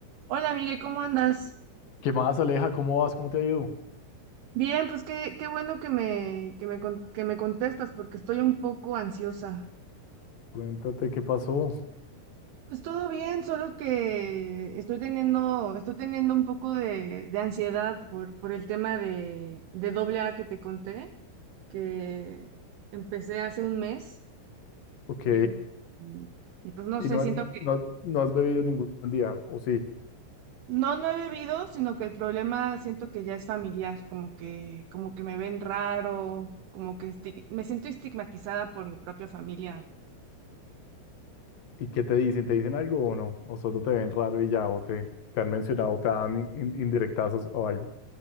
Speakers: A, on the right (about 75°); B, on the left (about 55°).
A: Hola, Miguel, ¿cómo andas?
B: ¿Qué más, Aleja? ¿Cómo vas? ¿Cómo te ha ido?
A: Bien, pues qué, qué bueno que me, que me, con- que me contestas porque estoy un poco ansiosa.
B: Cuéntate qué pasó.
A: Pues todo bien, solo que estoy teniendo, estoy teniendo un poco de, de ansiedad por, por el tema de, de doble A que te conté, que empecé hace un mes
B: Ok.
A: y, y pues no
B: ¿Y
A: sé,
B: no
A: siento
B: has,
A: que
B: no has- no has bebido ningún día? ¿O sí?
A: No, no he bebido, sino que el problema siento que ya es familiar, como que, como que me ven raro, como que esti- me siento estigmatizada por mi propia familia.
B: ¿Y qué te dicen? ¿Te dicen algo o no? ¿O solo te ven raro y ya? ¿O te, te han mencionado, te dan in- in- indirectazos o algo?